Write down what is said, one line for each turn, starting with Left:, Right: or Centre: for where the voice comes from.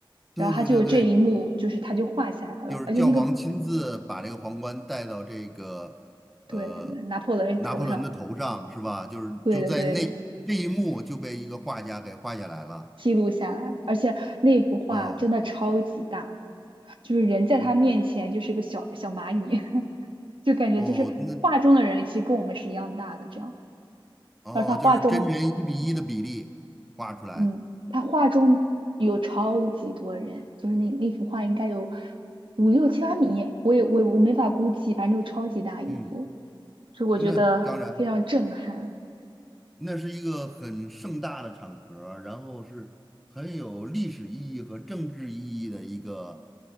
Centre: 对对对对，
Right: 然后他就有这一幕，就是他就画下来了，
Centre: 就是教皇亲自把这个皇冠戴到这个呃拿破仑的头上，
Right: 而且那个对拿破仑头上，
Centre: 是吧？就是就在那这一幕就被一个画家给画下来了
Right: 对的对的。记录下来了，而且那幅画真的超级大，
Centre: 啊，
Right: 就是人在他面前就是个小小蚂蚁，
Centre: 嗯
Right: <laughs> 就感觉就是画中的人其实跟我们是一样大的这样。
Centre: 哦，那哦就是真人一比一的比例画出来，
Right: 而他画中，嗯，他画中有超级多人，就是那那幅画应该有五六七八米，我也我我没法估计，反正就超级大一幅，
Centre: 嗯，
Right: 就我觉得非常震撼。
Centre: 那当然那是一个很盛大的场合，然后是很有历史意义和政治意义的一个